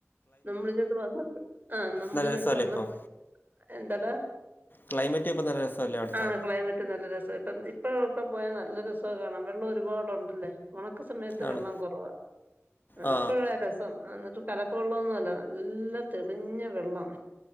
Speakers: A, on the right; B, on the left.
A: നമ്മളിങ്ങോട്ട് വന്നപ്പ ആഹ് നമ്മളിങ്ങോട്ട്
B: നല്ല രസമല്ലേ
A: വന്നപ്പ
B: ഇപ്പം
A: എന്താടാ?
B: ക്ലൈമറ്റ് ഇപ്പം നല്ല രസമല്ലേ അവിടുത്തെ
A: ആഹ് ക്ലൈമറ്റ് നല്ല രസാട്ടാ <unintelligible> <unintelligible> പോയാൽ നല്ല രസാ കാണാൻ വെള്ളം ഒരുപാടുണ്ടല്ലേ ഉണക്ക് സമയത്ത്
B: ആണ്
A: വെള്ളം കുറവാ
B: ആ
A: ഇപ്പഴാ രസം എന്നിട്ട് കല ക്ക വെള്ളം ഒന്നും അല്ല നല്ല തെളിഞ്ഞ വെള്ളം.